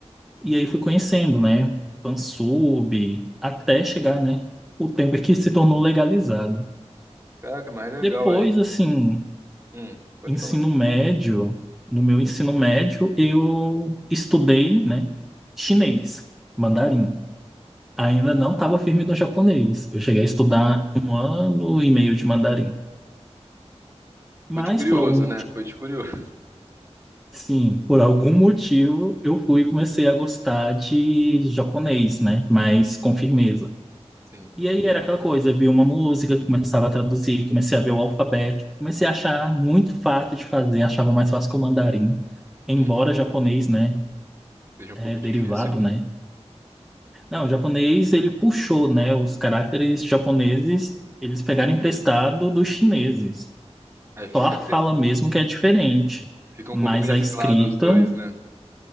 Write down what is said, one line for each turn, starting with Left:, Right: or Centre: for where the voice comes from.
Centre: E aí fui conhecendo, né? Fansub, até chegar, né? O tempo em que se tornou legalizado.
Right: Caraca, mais legal
Centre: Depois,
Right: aí.
Centre: assim,
Right: Hum, pode
Centre: Ensino
Right: falar.
Centre: médio, no meu ensino médio, eu estudei, né, chinês, mandarim. Ainda não estava firme no japonês. Eu cheguei a estudar
Right: Uhum.
Centre: um ano e meio de mandarim. Mas
Right: Foi de curioso,
Centre: por algum motivo,
Right: né? Foi de curioso.
Centre: sim, por algum motivo eu fui e comecei a gostar de japonês, né, mas com firmeza.
Right: <laughs> Sim.
Centre: E aí era aquela coisa, via uma música, começava a traduzir, comecei a ver o alfabeto, comecei a achar muito fácil de fazer, achava mais fácil que o mandarim embora
Right: Uhum.
Centre: japonês, né?
Right: Seja
Centre: é
Right: um pouco
Centre: derivado,
Right: difícil. <laughs>
Centre: né? Não, o japonês ele puxou, né? Os caracteres japoneses eles pegaram emprestado dos chineses.
Right: Aí fica.
Centre: Só a fala mesmo que é diferente,
Right: Fica
Centre: mas
Right: um pouco mesclado
Centre: a escrita,
Right: os dois, né?